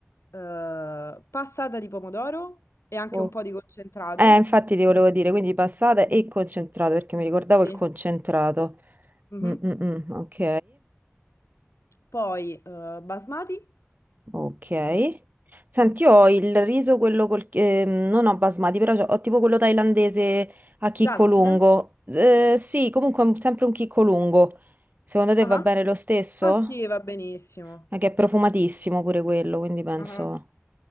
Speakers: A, on the left; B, on the right.
A: eh, passata di pomodoro e anche
B: Oh.
A: un po' di concentrato.
B: Eh, infatti ti volevo dire, quindi passata e concentrato, perché mi ricordavo
A: Sì.
B: il concentrato.
A: mhm.
B: Mm, mm, mm, ok,
A: Poi eh, basmati,
B: ok. Senti, io ho il riso, quello col... ehm, non ho basmati, però c'ho- ho tipo quello thailandese a chicco
A: jasmine.
B: lungo. Eh, sì, comunque è un- sempre un chicco lungo. Secondo te
A: Ah.
B: va bene lo stesso?
A: Ah sì, va benissimo.
B: Ma che è profumatissimo pure quello, quindi penso...
A: Ah,